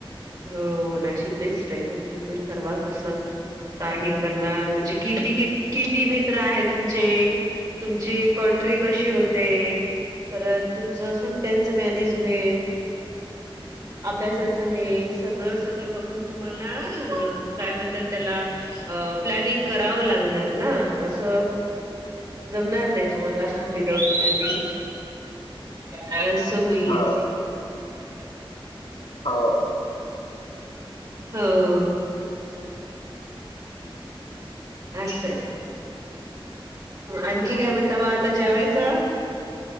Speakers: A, on the right; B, on the left.
A: हो नाशिक बेस्ट आहे तुम्ही ठरवा आता कसं. का हे करणार? म्हणजे किती कि किती मित्र आहे तुमचे? तुमची कॉन्ट्रि कशी होते? परत तुमच सुट्ट्यांच मॅनेजमेंट, अभ्यासच अभ्यासाचं हे, सगळं सगळं बघून तुम्हाला हम काय म्हणतात त्याला. अ प्लॅनिंग करावं लागणार ना असं. जमणार नाही तुम्हाला विदाउट फ्लॅनी अ असा होईल.
B: हा, हो. हो.
A: हो असं आहे. आणखी काय म्हणता मग आता जेवायचं?